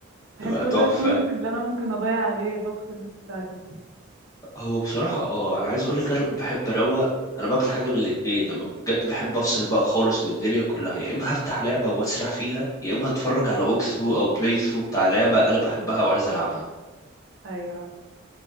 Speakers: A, on the right (about 70°); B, on the left (about 15°).
A: بحس
B: بتبقى
A: هو
B: تحفة
A: ده الكونتنت اللي أنا ممكن أضيع عليه باقة النت بتاعتي
B: هو بصراحة اه انا عايز اقول لك انا بحب اروق انا بعمل حاجة من الاتنين لما بجد بحب افصل بقى خالص من الدنيا كلها يا اما هفتح لعبة واسرح فيها يا اما هتفرج على ووك ثرو او بلاي ثرو بتاع لعبة انا بحبها وعايز العبها
A: أيوه